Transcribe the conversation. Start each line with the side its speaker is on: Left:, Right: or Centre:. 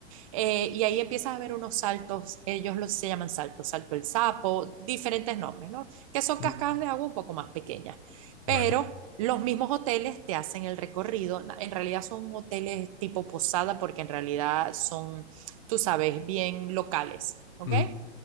Right: Eh, y ahí empiezas a ver unos saltos, ellos los, se llaman saltos, salto el sapo, diferentes nombres, ¿no? Que son
Left: ujú,
Right: cascadas de agua un poco más pequeñas. Pero
Left: Vale.
Right: los mismos hoteles te hacen el recorrido. En realidad son hoteles tipo posada porque en realidad son tú sabes, bien locales, ¿ok?
Left: ujú,